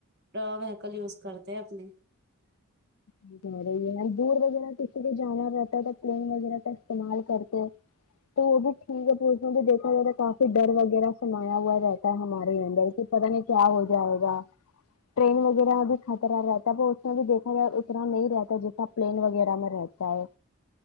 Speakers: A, on the right; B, on the left.
A: وہیکل یوز کرتے اپنی
B: یہ دور وغیرہ کسی کو جانا رہتا ہے تو پلین وغیرہ کا استعمال کرتے ہو تو وہ بھی ٹھیک ہے پھر میں بھی دیکھا جائے تو کافی ڈر وغیرہ سمایا ہوا رہتا ہے ہمارے اندر کہ پتا نہیں کیا ہو جائے گا ٹرین وغیرہ میں بھی خطرہ رہتا ہے اس میں بھی دیکھا جائے اترنا نہیں رہتا ہے جتنا پلین وغیرہ میں رہتا ہے